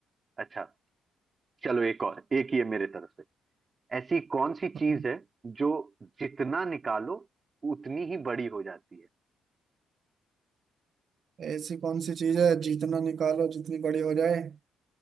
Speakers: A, on the right; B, on the right.
A: अच्छा चलो एक और एक ये मेरे तरफ से ऐसी कौन सी
B: बचेगा।
A: चीज है जो जितना निकालो उतनी ही बड़ी हो जाती है
B: ऐसी कौन सी चीज है जितना निकालो जितनी बड़ी हो जाए